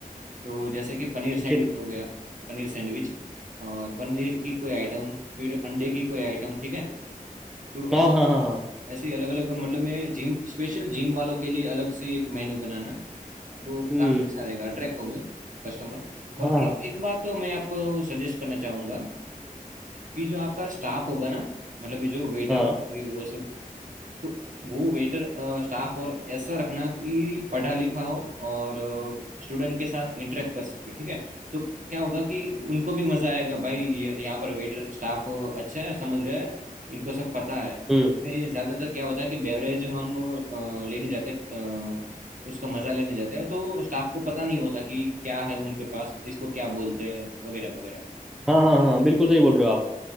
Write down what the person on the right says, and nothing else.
तो जैसे कि पनीर सैंडविच
हो गया पनीर सैंडविच और पनीर की कोई आइटम फिर अंडे की कोई आइटम ठीक है तो ऐसे
ऐसे ही अलग अलग मतलब मैं जिम स्पेशल जिम वालों के लिए अलग से एक मेन्यू बनाना तो
काफ़ी अच्छा रहेगा अट्रैक्ट होंगे कस्टमर और
एक, एक बात तो मैं आपको सजेस्ट करना चाहूँगा कि जो आपका स्टाफ होगा ना मतलब में जो वेटर
होंगे वो सब तो वो वेटर स्टाफ और ऐसा रखना कि पढ़ा लिखा हो और स्टूडेंट के साथ इंटरेक्ट कर सके ठीक है तो क्या होगा कि उनको भी मजा आएगा भाई ये यहाँ पर वेटर स्टाफ अच्छा है समझ रहा है इनको सब पता है
इसमें ज्यादातर क्या होता है कि बेवरेज हम अ, लेने जाते हैं अ, उसका मजा लेने जाते हैं तो स्टाफ को पता नहीं होता कि क्या है उनके पास इसको क्या बोलते हैं वगैरह वगैरह